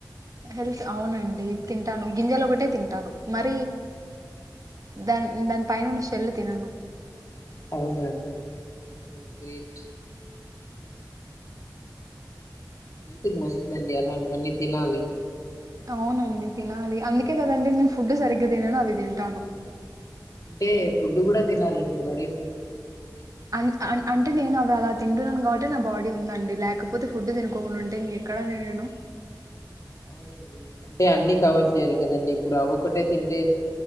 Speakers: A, on the right; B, on the left.
A: హెల్త్ అవునండి తింటాను గింజలు ఒకటే తింటాను మరి దన్ దని పైనున్న చెెల్ తినను
B: అవునండి ఓ గ్రేట్ హెల్త్ కు మంచిదండి అలాంటివన్నీ తినాలి
A: అవునండి తినాలి అందుకే కదండి నేను ఫుడ్ సరిగ్గా తినను అవి తింటాను
B: అంటే ఫుడ్ కూడా తినాలండి మరిీ ఫుడ్ తినకపో
A: అ అంటే నేను అవి అలా తింటన్నాను కాబట్టి నా బాడీ ందండి లేకపోతే ఫుడ్ తినుకోకుండా ఉంటే ఇంకెక్కడండి నేను
B: అవునండి అంటే అన్ని కవర్ చేయాలి కదండి ఇప్పుడు అవి ఒక్కటే తింటే